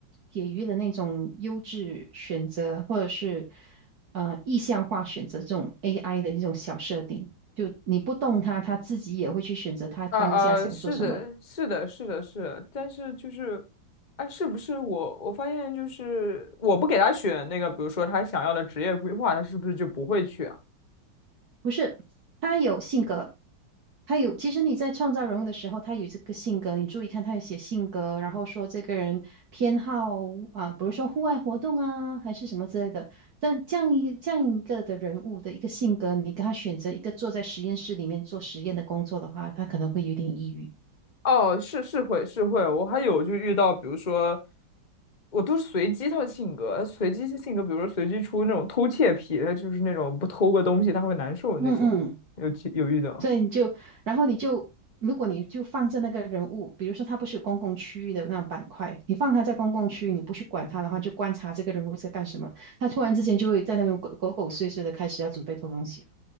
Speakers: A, on the right (about 55°); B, on the left (about 25°).
A: 给予的那种优质选择，或者是呃意向化选择这种 AI 的一种小设定，就你不动它，它自己也会去选择它当下想做什么。
B: 啊啊，是的，是的，是的，是的，但是就是，哎，是不是我我发现就是我不给他选那个，比如说他想要的职业规划，他是不是就不会去啊？
A: 不是，他有性格，他有。其实你在创造人物的时候，他有这个性格，你注意看，他有写性格，然后说这个人偏好啊，比如说户外活动啊，还是什么之类的。但这样一这样一个的人物的一个性格，你给他选择一个坐在实验室里面做实验的工作的话，他可能会有点抑郁。
B: 哦，是是会是会，我还有就遇到，比如说，我都是随机他的性格，随机性格，比如说随机出那种偷窃癖，他就是那种不偷个东西他会难受的那种，
A: 嗯嗯。
B: 有其有遇到。
A: 对，你就，然后你就，如果你就放着那个人物，比如说他不是有公共区域的那种板块，你放他在公共区域，你不去管他的话，就观察这个人物在干什么，他突然之间就会在那边鬼鬼狗祟碎的开始要准备偷东西了。